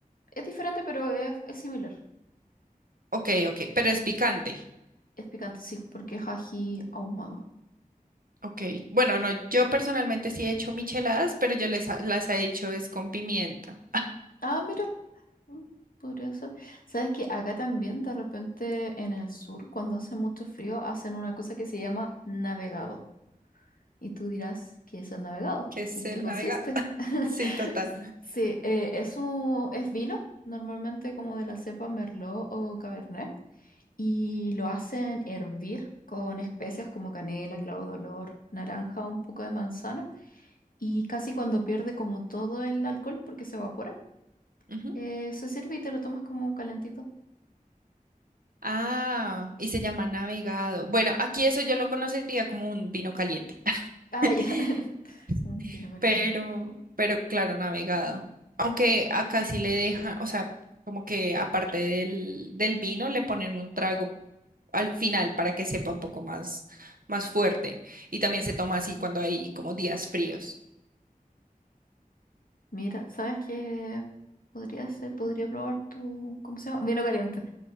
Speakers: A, on the left (about 70°); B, on the right (about 70°).
A: Es diferente, pero es, es similar.
B: Ok, ok, pero es picante.
A: Es picante, sí, porque es ají ahumado.
B: Ok, bueno, no, yo personalmente sí he hecho micheladas, pero yo les ha- las he hecho es con pimienta,
A: Ah, mira. Mm, Podría ser. ¿Sabes que acá también de repente en el sur, cuando hace mucho frío, hacen una cosa que se llama navegado? Y tú dirás, ¿qué es el navegado?
B: que es
A: ¿En
B: el
A: qué consiste?
B: navegado. <laughs>
A: <laughs>
B: Sí, total.
A: Sí, eh, es un- es vino, normalmente como de la cepa Merlot o Cabernet, y lo hacen hervir con especias como canela, clavo de olor, naranja, un poco de manzana, y casi cuando pierde como todo el alcohol porque se evapora,
B: Ujú.
A: eh, se sirve y te lo tomas como calentito.
B: Ah, y se llama navegado. Bueno, aquí eso yo lo conocería como un vino caliente, <laughs>
A: Ah, ya. <laughs> Un vino caliente.
B: pero, pero claro, navegado. Aunque acá sí le dejan, o sea, como que aparte del, del vino le ponen un trago al final para que sepa un poco más, más fuerte. Y también se toma así cuando hay como días fríos.
A: Mira, ¿sabes qué podría hacer? Podría probar tu, ¿cómo se llama? Vino caliente.